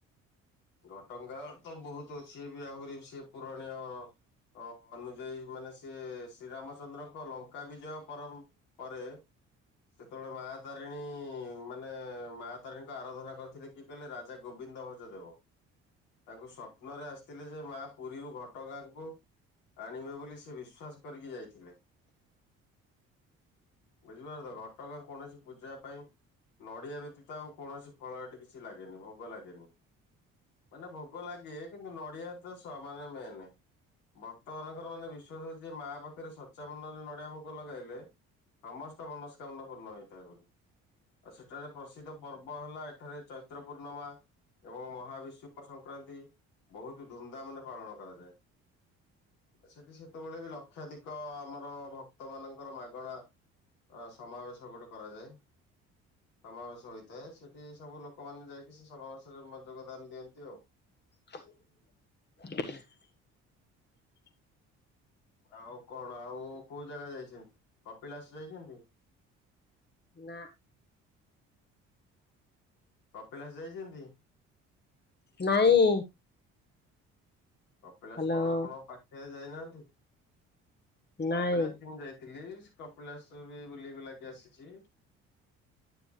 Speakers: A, on the left (about 80°); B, on the left (about 30°).
A: ଘଟଙ୍ଗା ତ ବହୁତ ଅଛି ଏ ବି ଆହୁରି ବି ସେ ପୁରାଣୀୟ। ଅ ଅନୁଯାୟୀ ମାନେ ସିଏ ଶ୍ରୀରାମଚନ୍ଦ୍ରଙ୍କ ଲଙ୍କା ବିଜୟ ପର ପରେ। ସେତେବେଳେ ମା ତାରିଣୀ ମାନେ ମା ତାରିଣୀଙ୍କ ଆରାଧନା କରିଥିଲେ। କିଏ କହିଲେ ରାଜା ଗୋବିନ୍ଦ ଭଞ୍ଜ ଦେବ ତାଙ୍କୁ ସ୍ୱପ୍ନରେ ଆସିଥିଲେ ଯେ ମା ପୁରୀରୁ ଘ ଘଟ ଗାଁକୁ ଆଣିବେ ବୋଲି ସେ ବିଶ୍ଵାସ କରିକି ଯାଇଥିଲେ। ବୁଝିପାରିଲେ ତ ଘଟଗାଁ କୌଣସି ପୂଜା ପାଇଁ। ନଡ଼ିଆ ବ୍ୟତୀତ ଆଉ କୌଣସି ଫଳ ଏଠି କିଛି ଲାଗେନି ଭୋଗ ଲାଗେନି। ମାନେ ଭୋଗ ଲାଗେ କିନ୍ତୁ ନଡିଆ ତ ସ ମାନେ ମେନ୍। ଭକ୍ତମାନଙ୍କର ମାନେ ବିଶ୍ଵାସ ଅଛି ଯେ ମା ପାଖରେ ସଚାମନ ରେ ନଡିଆ ଭୋଗ ଲଗାଇଲେ। ସମସ୍ତ ମନସ୍କାମନା ପୂର୍ଣ୍ଣ ହେଇଥାଏ ବୋଲି। ଆଉ ସେଠାରେ ପ୍ରସିଦ୍ଧ ପର୍ବ ହେଲା ଏଠାରେ ଚୈତ୍ର ପୂର୍ଣ୍ଣିମା ଏବଂ ମହା ବିଶୁଭ ସଂକ୍ରାନ୍ତି ବହୁତ ଧୁମଧାମ ରେ ପାଳନ କରାଯାଏ। ସେଠି ସେତେବେଳେ ବି ଲକ୍ଷାଧିକ ଆମର ଭକ୍ତ ମାନଙ୍କର ମାଗଣା। ଅ ସମାବେଶ ଗୁଡିକ। କରାଯାଏ ସମାବେଶ ହୋଇଥାଏ ସେଠି ସବୁ ଲୋକମାନୋନ ଯାଇକି ସେ ସମବେଶରେ ଯ ପ୍ରଦାନ ଦିଅନ୍ତି ଆଉ।
B: <inaudible>
A: ଆଉ କଣ ଆଉ କୋଉ ଜାଗା ଯାଇଛନ୍ତି କପିଳାସ ଯାଇଛନ୍ତି?
B: ନା।
A: କପିଳାସ ଯାଇଛନ୍ତି?
B: ନାଇଁ।
A: କପିଳାସ
B: ହ୍ୟାଲୋ
A: କଣ ଆପଣଙ୍କ ପାଖରେ ଯାଇନାହାନ୍ତି।
B: ନାଇଁ
A: କପିଳାସ ମୁଁ ଯାଇଥିଲି କପିଳାସ ବି ବୁଲି ବୁଲାକି ଆସିଛି।